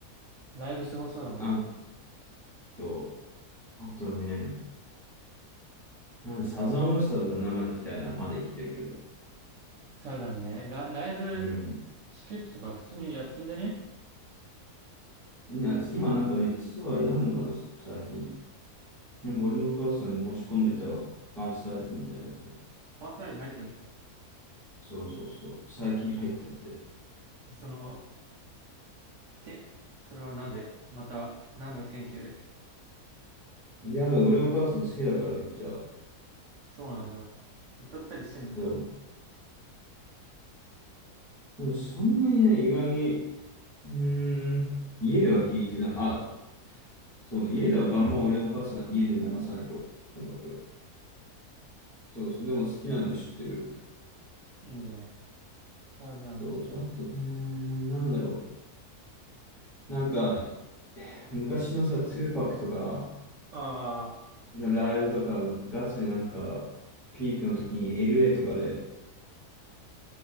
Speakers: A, on the right (about 60°); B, in the centre.
A: ライブすごそうだもんね。
B: あと、あとね、なんだ、サザンオールスターズが生で行きたいな。まだ生きてるけど。
A: サザンね。ラ、ライブ
B: うん。
A: チケットとか普通にやってんだね
B: いや、今なんかね、ツアーやんのかな、最近。なんか俺のお母さん申し込んでたわ。ファンサイトみたいなとこ行って。
A: ファンサイト入ってんの
B: そうそうそう。最近入ったって。
A: その、て、それはなぜまた、何の天気で
B: いや、でも俺のお母さん好きだからめっちゃ。
A: そうなんだ。歌ったりしてんのじゃ。
B: そう。でもそんなにね、意外に、うーん、家では聞いてない。あ、そうね、家では晩も俺のお母さん、家で流さないと音楽。そうそう、でも好きなの知ってる。
A: いいね。サーザンね。
B: そうそう、あとね、なんだろう。なんか、昔のさ、ツーパックとか
A: ああ、
B: のライブとか、
A: 確か
B: ガチでなんか、ピークの時に LA とかで